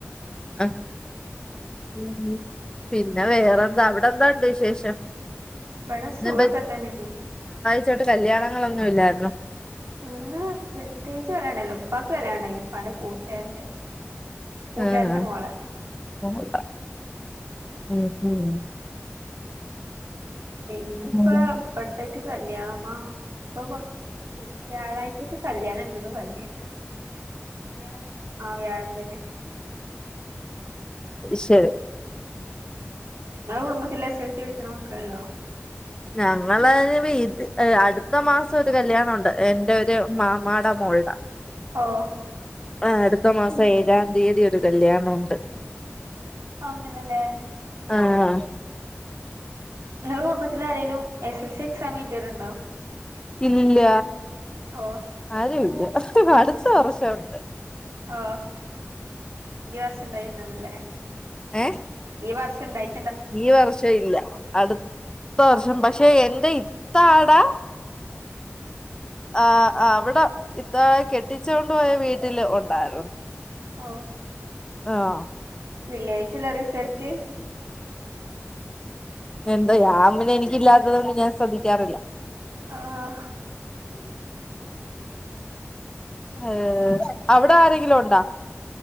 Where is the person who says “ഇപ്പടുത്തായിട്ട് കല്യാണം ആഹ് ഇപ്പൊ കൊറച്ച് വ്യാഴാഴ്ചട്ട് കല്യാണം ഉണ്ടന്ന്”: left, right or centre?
Right